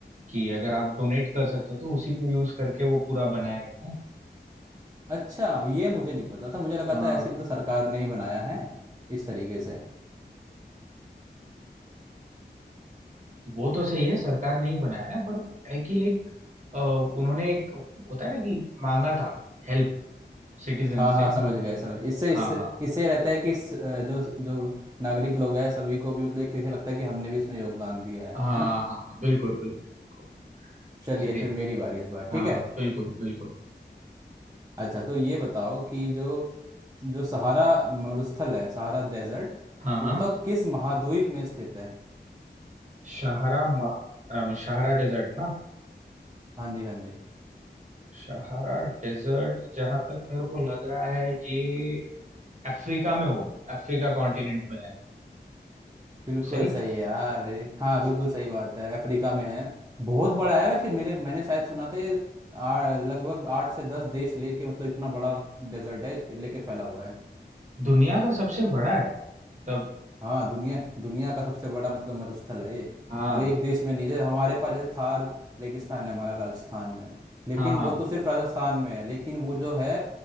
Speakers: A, on the right; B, on the right.
A: कि अगर आप डोनेट कर सकते हो तो उसी को यूज करके वो पूरा बनाया गया ना
B: अच्छा ये मुझे नहीं पता था मुझे लगा
A: हाँ
B: था ऐसी मतलब सरकार ने ही बनाया है इस तरीके से
A: वो तो सही है सरकार नहीं बनाया है पर है कि लाइक उन्होंने एक होता है ना कि मांगा था हेल्प सिटीजन
B: हाँ हाँ
A: से हम
B: समझ
A: लोग
B: गए समझ इससे इससे
A: हाँ हाँ
B: इससे रहता है कि स- अ, जो जो नागरिक लोग हैं सभी को भी मतलब एक तरीके से लगता है कि हमने भी इसमें योगदान दिया है
A: हाँ
B: है ना
A: हाँ, बिल्कुल बिल्कुल बिल्कुल
B: चलिए
A: चलिए
B: फिर मेरी बारी इस बार
A: हाँ
B: ठीक है
A: बिल्कुल बिल्कुल
B: अच्छा तो ये बताओ कि जो जो सहारा मरुस्थल है सहारा डेजर्ट
A: हाँ हाँ
B: वो बताओ किस महाद्वीप में स्थित है
A: शाहरा मा, अम, शाहरा डेजर्ट ना
B: हाँ जी हाँ जी
A: शाहरा डेजर्ट जहां तक मेरे को लग रहा है ये अफ्रीका में हो अफ्रीका कॉन्टिनेंट में है
B: बिल्कुल
A: सही
B: सही है यार अरे, हाँ
A: अ,
B: बिल्कुल सही बात है अफ्रीका में है बहुत बड़ा है वैसे मेरे मैंने शायद सुना था ये आ, लगभग आठ से दस देश लेके मतलब इतना बड़ा डेजर्ट है लेके फैला हुआ है
A: दुनिया का सबसे बड़ा है मतलब
B: हाँ दुनिया दुनिया का सबसे बड़ा मतलब मरुस्थल है ये
A: हाँ
B: और एक देश में नहीं है हमारे पास जैसे थार रेगिस्तान है हमारा राजस्थान में लेकिन
A: हाँ हाँ
B: वो तो सिर्फ राजस्थान में है लेकिन वो जो है